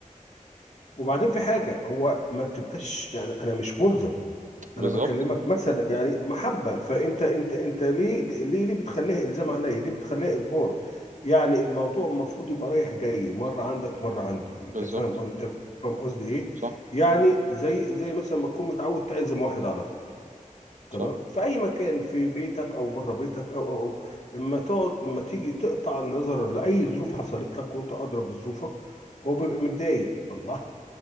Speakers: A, on the left; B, on the right.
A: وبعدين في حاجة هو ما بتبقاش يعني أنا مش ملزم
B: بالظبط
A: أنا بكلمك مثلا يعني محبة فأنت أنت أنت ليه ليه ليه بتخليها إلزام عليا؟ ليه بتخليها إجبار؟ يعني الموضوع المفروض يبقى رايح جاي مرة عندك مرة عندي أنت
B: بالظبط
A: فاهم أنت فاهم قصدي إيه؟
B: صح
A: يعني زي زي مثلا ما تكون متعود تعزم واحد على طول تمام
B: صح
A: في أي مكان في بيتك أو بره بيتك أو أو أو إما تقعد إما تيجي تقطع النظر لأي ظروف حصلت لك وأنت أدرى بظروفك هو بيبقى متضايق الله